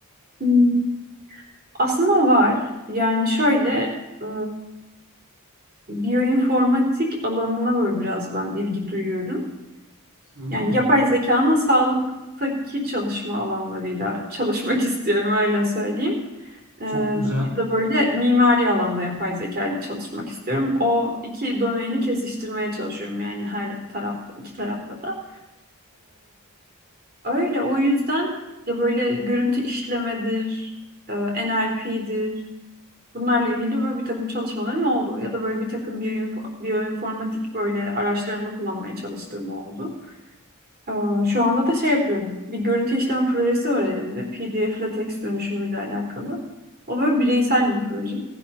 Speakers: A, on the right; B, on the right.
A: Hmm. Aslında var. Yani şöyle e, biyoinformatik alanına böyle biraz ben ilgi duyuyorum.
B: Hmm,
A: Yani yapay zekanın sağlıktaki çalışma alanlarıyla çalışmak <laughs> istiyorum öyle söyleyeyim. Ee,
B: çok
A: ya
B: güzel.
A: da böyle mimari alanda yapay zeka ile çalışmak istiyorum. O iki domaini kesiştirmeye çalışıyorum yani her tarafta, iki tarafta da. Ee, öyle o yüzden ya böyle görüntü işlemedir, e, NLP'dir. Bunlarla ilgili böyle bir takım çalışmalarım oldu. Ya da böyle bir takım biyoinfo- biyoinformatik böyle araçlarını kullanmaya çalıştığım oldu. Ee, Şu anda da şey yapıyorum. Bir görüntü işleme projesi var elimde. PDF LaTeX dönüşümüyle alakalı. O böyle bireysel bir proje.